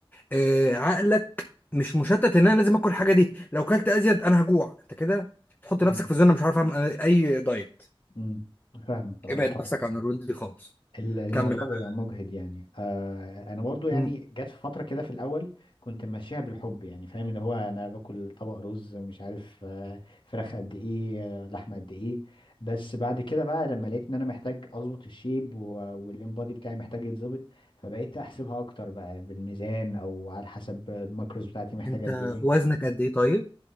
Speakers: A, on the left; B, on the left.
A: آه عقلك مش مشتت ان انا لازم اكل الحاجه دي لو كلت ازيد انا هجوع انت كده تحط
B: امم
A: نفسك في زونه مش عارف اعمل اي دايت
B: امم فاهمك اه
A: ابعد
B: الحمد
A: نفسك عن الرول دي خالص
B: ال- الموضوع
A: كمل انا
B: بيبقى مجهد يعني آه انا برضو يعني
A: مم.
B: جت في فتره كده في الاول كنت ماشيها بالحب يعني فاهم اللي هو انا باكل طبق رز مش عارف آه فراخ قد ايه آه لحمه قد ايه بس بعد كده بقى لما لقيت ان انا محتاج اظبط الشيب والانبادي بتاعي محتاج يتظبط فبقيت احسبها اكتر بقى بالميزان او على حسب الماكروز بتاعتي محتاجه
A: انت
B: قد ايه
A: وزنك قد ايه طيب